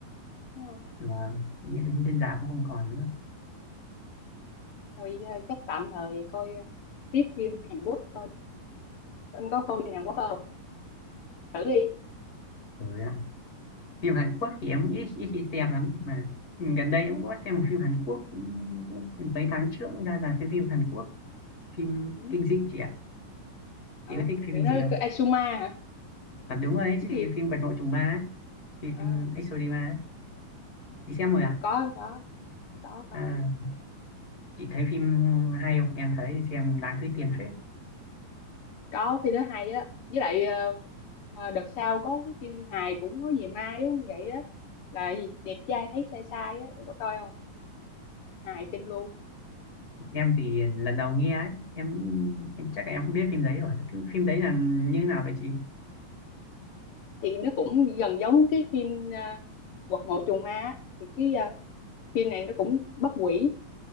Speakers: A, on the left; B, on the left.
A: đúng không
B: là trên rạp cũng không còn nữa
A: rồi ờ, chắc tạm thời coi ờ, tiếp phim Hàn Quốc thôi em có coi phim Hàn Quốc không thử đi
B: rồi ạ phim Hàn Quốc thì em ít ít khi xem lắm nhưng mà gần đây em cũng có xem một phim Hàn Quốc cũng, cũng mấy tháng trước cũng ra rạp xem phim Hàn Quốc phim
A: ừ.
B: kinh dị chị ạ
A: Đó.
B: chị có thích phim
A: đừng
B: kinh
A: nói
B: dị không
A: Asuma hả
B: À, đúng rồi ấy,
A: cái
B: chị
A: gì
B: phim Quật Mộ Trùng Ma ấy, phim
A: Ờ.
B: Exodima ấy. Chị xem
A: Ừ,
B: rồi à?
A: có có có coi
B: À, chị thấy phim hay không? Em thấy xem đáng túi tiền phết.
A: có phim nó hay á với lại ờ, ờ, đợt sau có cái phim hài cũng nói về ma giống vậy á là gì đẹp trai thấy sai sai á em có coi không hài kinh luôn
B: Em thì lần đầu nghe ấy, em, em chắc em không biết phim đấy rồi. Phim, phim đấy là như thế nào vậy chị?
A: thì nó cũng gần giống cái phim uh, quật mộ trùng ma á. thì cái ờ, phim này nó cũng bắt quỷ